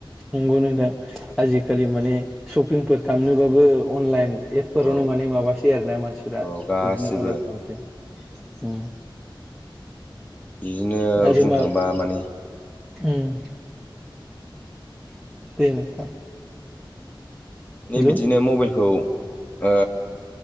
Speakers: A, in the centre; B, on the left.
A: नंगौ नोंथां आजिखालि माने सपिंफोर खालामनोबाबो अनलाइन एप फोरावनो
B: औ
A: माने माबासै आरोना मानसिफोरा
B: औ गासिबो
A: बिदिनो अर्दार खालामसै उम
B: बिदिनो
A: आरो
B: बुंनो
A: मा
B: थाङोबा माने
A: उम दे नोंथां
B: नै
A: हेल'
B: बिदिनो मबाइलखौ ओ